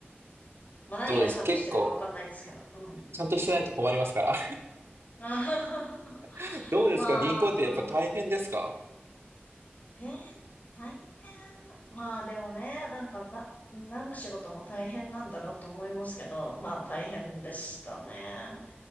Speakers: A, on the left; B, on the right.
A: まあ何がちゃんとしてるかわかんないですけど、
B: どうですか結構、
A: うん。
B: ちゃんとしてないと困りますから。
A: <laughs> あはは
B: <laughs> どうですか銀行ってやっぱ大変ですか
A: まあ、へえ、大変。まあでもね、なんか、な、何の仕事も大変なんだろうと思いますけど、まあ大変でしたね。